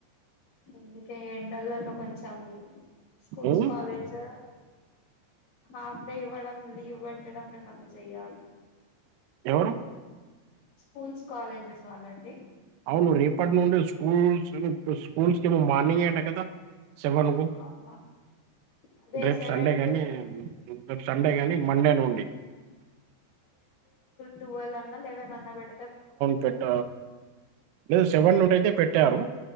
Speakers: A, on the left; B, on the right.
A: అందుకే ఎండలలో కొంచెం స్కూల్స్
B: ఉమ్,
A: కాలేజీ హాఫ్ డే ఇవ్వడం లీవ్ పెట్టడం ఏమన్నా చెయాలి
B: ఎవరు
A: స్కూల్స్ కాలేజెస్ వాళ్ళండి
B: అవును రేపటి నుండడి స్కూల్స్ స్కూల్స్ కి ఏమో మార్నింగ్ అట కదా సెవెన్ కు
A: అవునా అదే
B: రేపు
A: సెవెన్
B: సండే కానీ
A: టు
B: రేపు సండే
A: అదేలే
B: కానీ మండే నుండి
A: టువెల్ అన్నా లవెన్ అన్నా పెడి
B: పెట్ట లేదు సెవెన్
A: మిడ్
B: నుండి అయితే పెట్టారు